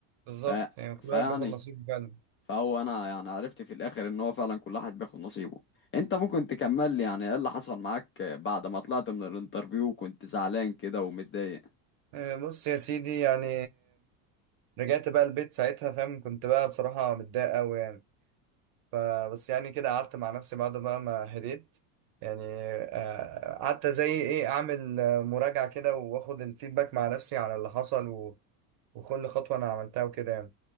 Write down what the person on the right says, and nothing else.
بالظبط
يعني كل
واحد بياخد نصيبه فعلا
آه، بص يا سيدي يعني رجعت بقى البيت ساعتها فاهم كنت بقى بصراحة متضايق أوي يعني فبس يعني كده قعدت مع نفسي بعد بقى ما هديت يعني آه، قعدت زي إيه أعمل آه، مراجعة كده وآخد الفيدباك مع نفسي على اللي حصل و- وكل خطوة أنا عملتها وكده يعني